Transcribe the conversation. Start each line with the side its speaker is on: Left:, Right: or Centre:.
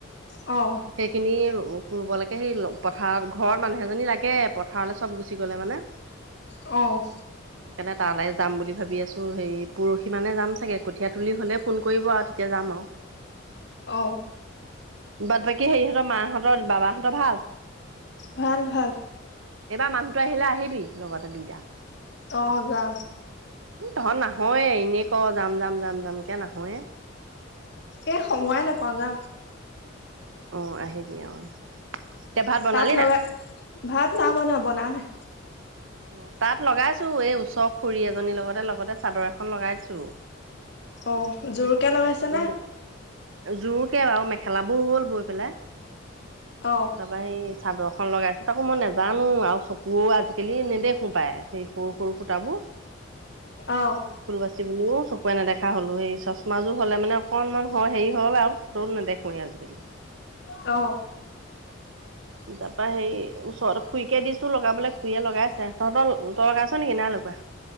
Left: অ'।
Right: সেইখিনি ৰুব লাগে, সেই পথাৰত ঘৰত মানুহ এজনী লাগে <unintelligible> পথাৰলৈ চব গুচি গ'লে মানে।
Left: অ'।
Right: <inaudible> সেইকাৰণে তালৈ যাম বুলি ভাবি আছোঁ, হেৰি পৰহি মানে যাম চাগে কঠীয়া তুলি হ'লেই ফোন কৰিব আৰু তেতিয়া যাম আৰু। <inaudible>
Left: অ'।
Right: বাট বাকী হেৰিহঁতৰ, মাহঁতৰ বাবাহঁতৰ ভাল?
Left: ভাল, ভাল।
Right: এইবাৰ মানুহতো আহিলে আহিবি লগতে দুইটা।
Left: অ', যাম।
Right: উম, তহঁত নাহয়ে, এনেই ক' যাম-যাম-যাম-যাম কে নাহয়ে।
Left: এ, সময়ে নাপাওঁ যাম।
Right: অ', আহিবি অ'। এতিয়া ভাত বনালি
Left: তাত লগাই,
Right: না
Left: ভাত নাই বনোৱা বনাওঁ হে।
Right: অ', তাত লগাইছো, এই ওচৰ খুড়ী এজনীৰ লগতে, লগতে চাদৰ এখন লগাইছো।
Left: অ', যোৰকে লগাইছে
Right: উম
Left: নে?
Right: জোৰকে আৰু মেখেলাবোৰ হল বৈ পেলাই।
Left: অ'।
Right: তাৰপৰা সেই চাদৰ এখন লগাইছো, তাকো মই নাজানো আৰু চকুও আজিকালি পায়, সেই সৰু সৰু সূতাবোৰ।
Left: অ'।
Right: ফুল বাচি বলেও চকুৰে নেদেখা হ'লো, সেই চচমাযোৰ হ'লে মানে অকণমান হয় হেৰি হয় বাৰু। সেইটো নেদেখো আজিকালি।
Left: অ'।
Right: তাৰ পৰা হেৰি ওচৰতে খুুৰীকে দিছো লগাবলৈ খুৰীয়েই লগাইছে, তহঁতৰ তই লগাইছ নেকি নাই লগোৱা?